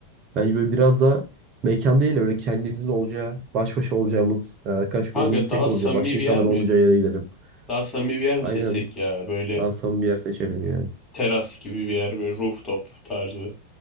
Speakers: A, on the right (about 35°); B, on the left (about 20°).
A: Bence böyle biraz da mekan değil de böyle kendimizin olacağı, baş başa olacağımız, yani arkadaş grubunun
B: Kanka
A: tek
B: daha
A: olacağı,
B: samimi
A: başka
B: bir
A: insanlar
B: yer mi?
A: olmayacağı yere gidelim.
B: Daha samimi bir yer mi
A: Aynen.
B: seçsek ya? Böyle
A: Daha samimi bir yer seçelim yani.
B: teras gibi bir yer. Böyle rooftop tarzı.